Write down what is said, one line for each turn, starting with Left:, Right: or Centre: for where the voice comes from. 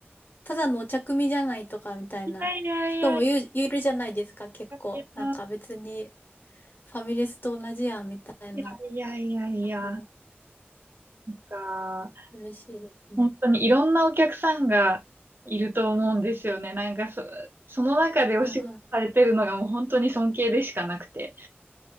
Left: ただのお茶組じゃないとかみたいな人もいる、
Right: いやいやいやい
Left: いるじゃないですか、結構。
Right: や、
Left: なんか別にファミレスと同じやんみたいな。
Right: いやいやいや、
Left: だから
Right: なんか、
Left: 嬉しいですね。
Right: 本当にいろんなお客さんがいると思うんですよね。なんかそ、その中でお仕事されてるのがもう本当に尊敬でしかなくて。
Left: はいは